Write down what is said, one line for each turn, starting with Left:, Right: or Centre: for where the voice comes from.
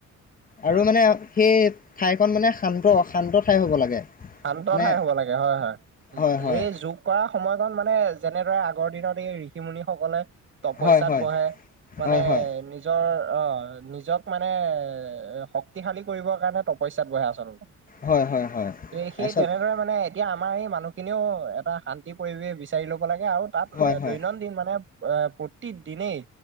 Right: উম
Left: আৰু মানে সেই ঠাইকণ মানে শান্ত শান্ত ঠাই হ'ব লাগে।
Right: শান্ত
Left: মানে
Right: ঠাই হ'ব লাগে হয়, হয়।
Left: হয় হয়
Right: এই যোগ কৰা সময়কণ মানে যেনেদৰে আগৰ দিনত, এই ঋষি মুুনি সকলে তপস্যাত
Left: হয় হয়
Right: বহে, মানে
Left: হয় হয়
Right: নি নিজৰ অ, নিজক মানে শক্তিশালী কৰিবৰ কাৰণে তপস্যাত বহে আচলতে।
Left: হয়, হয়, হয়।
Right: এই সেই
Left: তাৰপিছত
Right: তেনেদৰে মানে, এতিয়া আমাৰ এই মানুহখিনিয়েও এটা শান্তি পৰিৱেশ বিচাৰি ল'ব লাগে, আৰু তাত
Left: হয় হয়
Right: দৈনন্দিন মানে এ প্ৰতি দিনেই